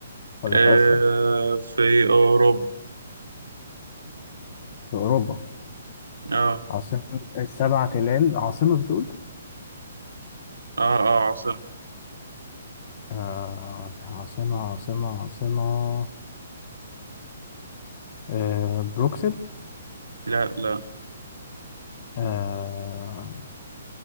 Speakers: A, on the left; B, on the right.
A: ولا
B: آه،
A: في آسيا
B: في أوروبا
A: في أوروبا
B: اه
A: عاصمة السبع تلال عاصمة بتقول؟
B: اه اه عاصمة
A: آه عاصمة عاصمة عاصمة آه، بروكسل
B: لا لا
A: آه،